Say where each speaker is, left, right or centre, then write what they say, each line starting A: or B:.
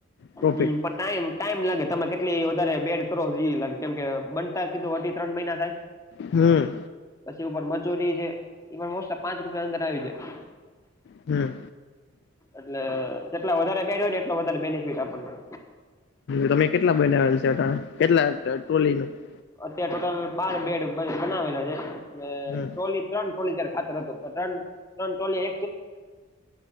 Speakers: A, on the left; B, on the left.
A: પ્રોફીટ
B: હમ પણ ટાઈમ ટાઈમ લાગે તમે કેટલી વધારે બેડ કરો એ લાગે કેમ કે બનતા કીધું હતી ત્રણ મહિના થાય
A: હમ્મ.
B: પછી ઉપર મજુરી છે એ પણ મોસ્ટ પાંચ રૂપિયા અંદર આવી જાય.
A: હમ્મ.
B: એટલે જેટલા વધારે બેડ હોયને એટલો વધારે બેનિફિટ આપણને.
A: તમે કેટલા બનાવેલ છે હતા કેટલા <unintelligible>
B: અત્યારે ટોટલ બાર બેડ બનાવેલા છે અને
A: હમ
B: ટ્રોલી ત્રણ ટોલીજાર ખાતર હતો ત્રણ ત્રણ ટોલી